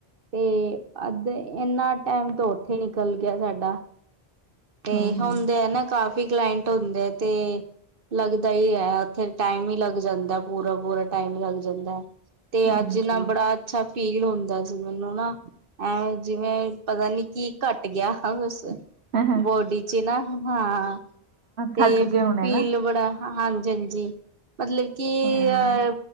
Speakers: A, on the right (about 60°); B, on the right (about 80°).
A: ਤੇ ਅੱਧ ਇੰਨਾ ਟਾਈਮ ਤੋਂ ਉੱਥੇ ਨਿਕਲ ਗਿਆ ਸਾਡਾ ਤੇ
B: ਹੂੰ ਹੂੰ
A: ਹੁੰਦੇ ਆ ਨਾ ਕਾਫੀ ਕਲਾਇੰਟ ਹੁੰਦੇ ਆ ਤੇ ਲੱਗਦਾ ਹੀ ਹੈ, ਉੱਥੇ ਟਾਈਮ ਹੀ ਲੱਗ ਜਾਂਦਾ ਪੂਰਾ-ਪੂਰਾ ਟਾਈਮ ਹੀ ਲੱਗ ਜਾਂਦੈ, ਤੇ
B: ਹਾਂਜੀ
A: ਅੱਜ ਨਾ ਬੜਾ ਅੱਛਾ ਫੀਲ ਹੁੰਦਾ ਸੀ ਮੈਨੂੰ ਨਾ, ਐਂ ਜਿਵੇਂ ਪਤਾ ਨੀ ਕੀ ਘੱਟ ਗਿਆ ਬਸ,
B: ਹਾਂ
A: ਬੋਡੀ ਚ ਨਾ, ਹਾਂ। ਤੇ
B: ਥੱਕ ਗਏ
A: ਫੀਲ
B: ਹੋਣੇ ਨਾ
A: ਬੜਾ ਹਾਂਜੀ-ਹਾਂਜੀ, ਮਤਲਬ ਕਿ
B: ਹਾਂ
A: ਅ